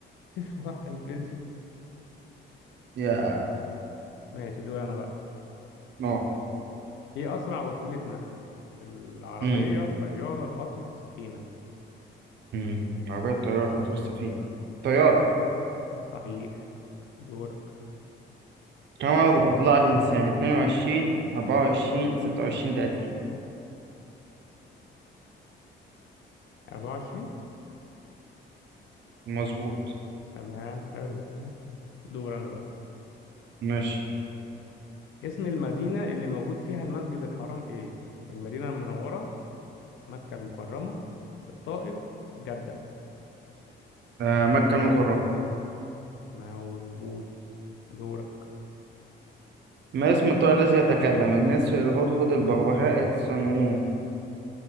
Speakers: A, on the left (about 70°); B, on the right (about 60°).
A: <laughs> صح الفيزياء
B: يا
A: ماشي دول انا بقى
B: اه
A: ايه اسرع وسيلة نقل العربية
B: امم
A: الطيارة القطر السفينة
B: امم عربية طيار قطر السفينة طيارة
A: صحيح دورك
B: كم عدد أضلاع الإنسان؟ 22 24 26 30
A: 24
B: مظبوط
A: تمام حلو حلو دور انا بقى
B: ماشي
A: اسم المدينة اللي موجود فيها المسجد الحرام ايه المدينة المنورة مكة المكرمة الطائف جدة
B: آه، مكة المكرمة
A: مظبوط دورك
B: ما اسم الطائر الذي يتكلم النسر الهدهد البغبغاء الصنوون